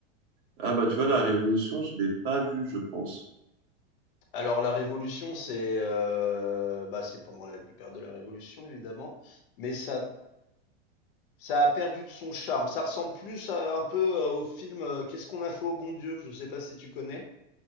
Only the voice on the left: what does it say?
Alors la Révolution, c'est, heu, bah, c'est pendant la période de la Révolution évidemment, mais ça ça a perdu de son charme. Ça ressemble plus à un peu, heu, au film, heu, Qu'est-ce qu'on a fait au bon Dieu? Je sais pas si tu connais?